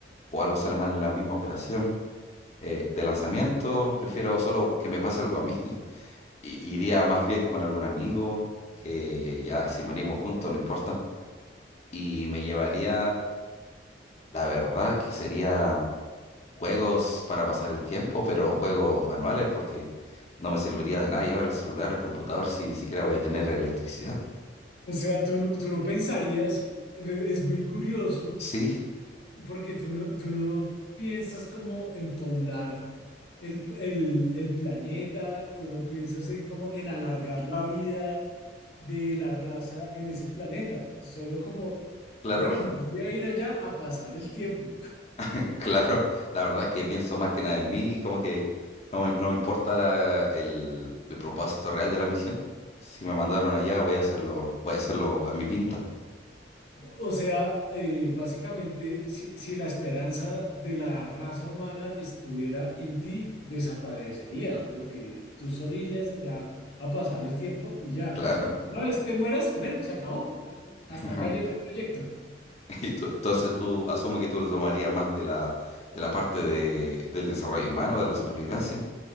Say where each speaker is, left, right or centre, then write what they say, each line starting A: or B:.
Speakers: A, on the left (about 40°); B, on the left (about 65°).
A: o algo sale mal en la misma operación eh, de lanzamiento, prefiero solo que me pase algo a mí. <laughs> i- iría más bien con algún amigo, que ya si morimos juntos, no importa. Y me llevaría, la verdad, que sería juegos para pasar el tiempo, pero juegos manuales, porque no me serviría de nada llevar el celular, el computador, si ni siquiera voy a tener electricidad.
B: O sea, tú no, tú no pensarías, es muy curioso
A: Sí,
B: Porque tú no, tú no piensas como en poblar el, el- el planeta, tú no piensas en como en alargar la vida de la raza en ese planeta, solo como,
A: claro,
B: bueno, voy a ir allá a pasar el tiempo.
A: <laughs> claro. La verdad es que pienso más que nada en mí, y como que no, me- no me importa la- el, el propósito real de la misión. Si me mandaron allá, voy a hacerlo, voy a hacerlo a mi pinta,
B: O sea, eh, básicamente, si, si la esperanza de la raza humana estuviera en ti, desaparecería, porque tú solo irías allá a pasar el tiempo y ya.
A: claro.
B: Una vez te mueras, bueno, se acabó. Hasta
A: <laughs>
B: acá llegó el proyecto.
A: <laughs> Y tú- entonces tú asumo que tú lo tomarías más de la, de la parte de, del desarrollo humano, de la supervivencia,